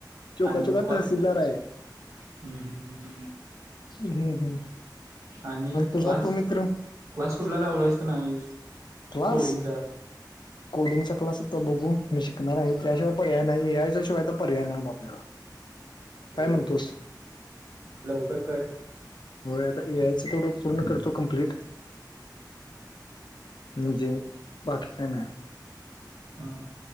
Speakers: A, on the left; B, on the right.
A: चोका
B: आणि
A: चोका
B: मग
A: तहसीलदार
B: हम्
A: आहे
B: ह्््
A: हम् हम्म
B: आणि
A: तुझा
B: क्लास
A: तो मित्र
B: क्लास कुठला लावला आहेस का ना
A: क्लास
B: कोडिंगचा
A: कोडिंगचा क्लास होता बघू मी शिकणार आहे त्याशिवाय पर्याय नाही ए आय च्या शिवाय तर पर्याय नाही आपल्याला
B: होय
A: काय म्हणतोस
B: लवकर कर
A: हो आता ए आयचं थोडं पूर्ण करतो कम्प्लीट
B: हम् हम्
A: म्हजे बाकी काण
B: हा